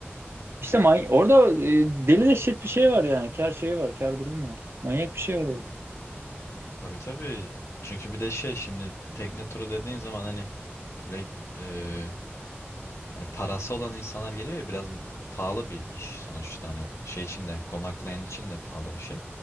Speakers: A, on the right; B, on the left.
A: işte many- orada e, deli dehşet bir şey var yani. Kar şeyi var, kar durumu var. Manyak bir şey var orada.
B: Tabii tabii. Çünkü bir de şey şimdi tekne turu dediğin zaman hani Böyle e, hani parası olan insanlar geliyor ya biraz pahalı bir iş sonuçta hani şey için de konaklayan için de pahalı bir şey.